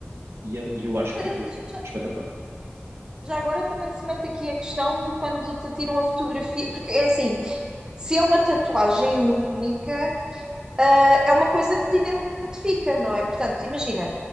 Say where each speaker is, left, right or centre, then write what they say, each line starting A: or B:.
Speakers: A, on the right (about 85°); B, on the right (about 20°).
A: E, eh, e eu acho
B: Já,
A: que ficou espetacular.
B: já agora também se mete aqui a questão de quando te tiram a fotografia, porque é assim, se é uma tatuagem única, uh, é uma coisa que te identifica, não é? Portanto, imagina,